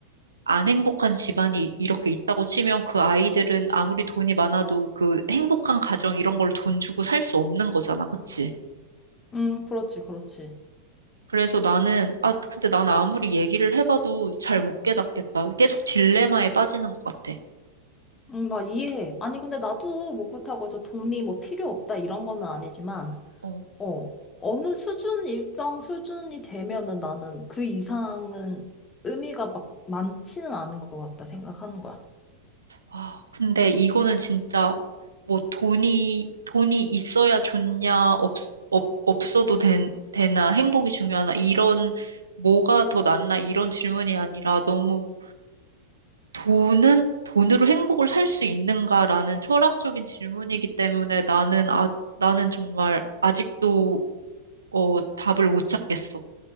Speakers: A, on the right; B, on the left.
A: 안 행복한 집안이 이렇게 있다고 치면 그 아이들은 아무리 돈이 많아도 그 행복한 가정 이런 걸 돈 주고 살 수 없는 거잖아, 그치?
B: 응, 그렇지, 그렇지.
A: 그래서 나는, 아, 근데 나는 아무리 얘기를 해봐도 잘 못 깨닫겠다. 계속 딜레마에 빠지는 것 같아.
B: 응, 나 이해해. 아니, 근데 나도 뭐 그렇다고 저 돈이 뭐 필요 없다 이런 거는 아니지만,
A: 어.
B: 어, 어느 수준, 일정 수준이 되면은 나는 그 이상은 의미가 막 많지는 않은 것 같다 생각하는 거야.
A: 아, 근데 이거는 진짜 뭐 돈이, 돈이 있어야 좋냐, 없, 없, 없어도 된, 되나, 행복이 중요하나, 이런 뭐가 더 낫나, 이런 질문이 아니라 너무 돈은 돈으로 행복을 살 수 있는가라는 철학적인 질문이기 때문에 나는 아, 나는 정말 아직도 어, 답을 못 찾겠어.